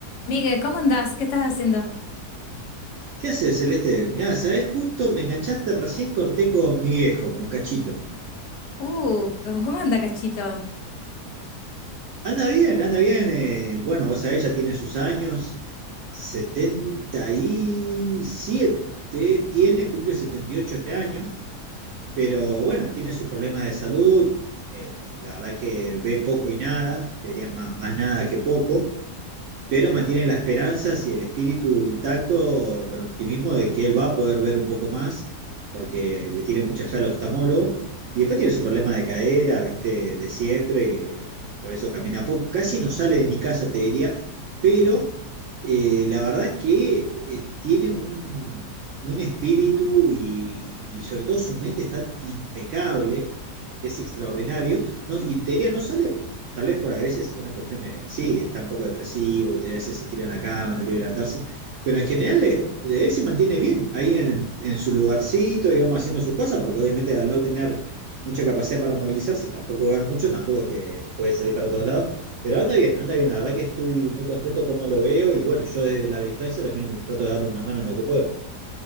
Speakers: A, on the left; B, on the right.
A: Miguel, ¿cómo andás? ¿Qué estás haciendo?
B: ¿Qué haces, Celeste? Mirá, ¿sabés? Justo me enganchaste, recién corté con mi viejo, con Cachito.
A: Uh, ¿cómo, cómo anda, Cachito?
B: Anda bien, anda bien. eh, bueno, vos sabés, ya tiene sus años. setenta y siete tiene, cumple 78 este año. Pero bueno, tiene sus problemas de salud. eh, la verdad que ve poco y nada, diría más, más nada que poco. pero mantienen la esperanza y el espíritu intacto, con optimismo de que él va a poder ver un poco más, porque le tiene mucha fe al oftalmólogo. Y después tiene su problema de cadera, viste, de siempre, que por eso camina poco. Casi no sale de mi casa, te diría, pero eh, la verdad que eh, tiene un, un espíritu y, y sobre todo su mente está impecable, es extraordinario, ¿no? Y te diría, no sale Tal vez por a veces una cuestión de, sí, está un poco depresivo, y a veces se tira en la cama, no quiere levantarse, pero en general eh, él se mantiene bien ahí en, en su lugarcito, digamos, haciendo sus cosas, porque obviamente al no tener mucha capacidad para movilizarse, tampoco ver mucho, tampoco que puede salir para todos lados, pero anda bien, anda bien, la verdad que estoy muy contento como lo veo y bueno, yo desde la distancia también trato de darle una mano en lo que puedo.